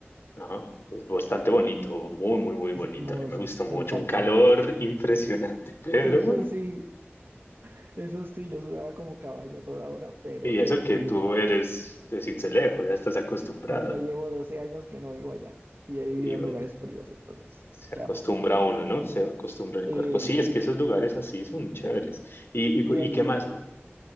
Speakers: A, on the left (about 60°); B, on the right (about 55°).
A: ah, es bastante bonito, muy, muy, muy
B: Es
A: bonito.
B: hermoso,
A: A mí me gustó mucho.
B: me encantó.
A: Un calor impresionante, pero...
B: Eso sí, eso sí, yo sudaba como caballo a toda hora, pero
A: Y eso
B: es
A: que
B: muy
A: tú
B: lindo.
A: eres de Sincelejo, ya estás acostumbrado.
B: Pero ya llevo 12 años que no vivo allá y he vivido
A: Y bueno,
B: en lugares fríos, entonces
A: se
B: ya
A: acostumbra
B: no.
A: uno, ¿no? Se acostumbra el
B: Eh,
A: cuerpo. Sí, es que esos lugares así son chéveres. ¿Y, y,
B: de allí,
A: y qué más?